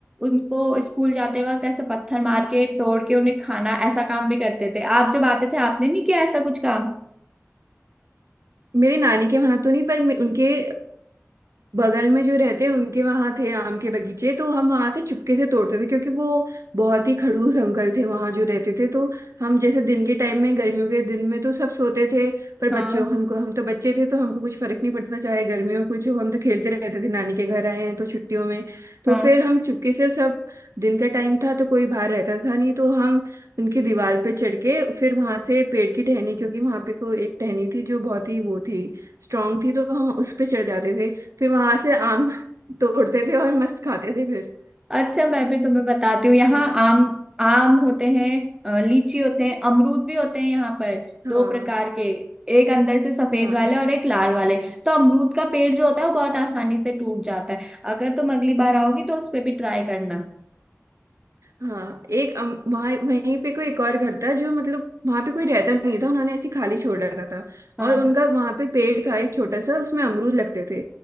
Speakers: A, on the right; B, on the right.
A: उनको स्कूल जाते वक्त ऐसे पत्थर मार के तोड़ के उन्हें खाना ऐसा काम भी करते थे आप जब आते थे आपने नहीं किया ऐसा कुछ काम
B: मेरे नानी के वहां तो नहीं पर मे- उनके बगल में जो रहते हैं उनके वहां थे आम के बगीचे तो हम वहां से चुपके से तोड़ते थे क्योंकि वो बहुत ही खड़ूस अंकल थे वहां जो रहते थे तो हम जैसे दिन के टाइम में गर्मियों के दिन में तो सब सोते थे पर
A: हाँ
B: बच्चों हमको हम तो बच्चे थे तो हमको कुछ फर्क नहीं पड़ता था, चाहे गर्मियों कुछ हो हम तो खेलते रहते थे नानी के घर आए हैं तो छुट्टियों में तो
A: हाँ
B: फिर हम चुपके से सब दिन का टाइम था तो कोई बाहर रहता था नहीं तो हम उनकी दीवार पे चढ़ के फिर वहां से पेड़ की टहनी क्योंकि वहां पे को एक टहनी थी जो बहुत ही वो थी स्ट्रांग थी तो हम उस पे चढ़ जाते थे फिर वहां से आम तोड़ते थे और मस्त खाते थे फिर
A: अच्छा मैं भी तुम्हें बताती हूँ
B: हाँ
A: यहाँ आम आम होते हैं अ, लीची होते हैं अमरूद भी होते हैं यहाँ पर
B: हाँ
A: दो प्रकार के एक अंदर से सफेद
B: हाँ
A: वाले और एक लाल वाले तो अमरूद का पेड़ जो होता है वो बहुत आसानी से टूट जाता है अगर तुम अगली बार आओगी तो उस पे भी ट्राई करना
B: हाँ एक अम, वहाँ वहीं पे कोई एक और घर था जो मतलब वहां पे कोई रहता नहीं था उन्होंने ऐसे खाली छोड़ रखा था
A: हाँ
B: और उनका वहां पे पेड़ था एक छोटा सा उसमें अमरूद लगते थे